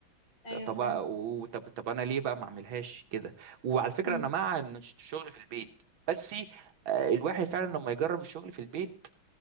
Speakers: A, on the left; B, on the right.
A: ايوه
B: طب
A: فعلا
B: و- طب طب انا ليه بقى ما اعملهاش كده وعلى فكره
A: امم
B: انا مع ان الش- الشغل في البيت بس آه، الواحد فعلا لما يجرب الشغل في البيت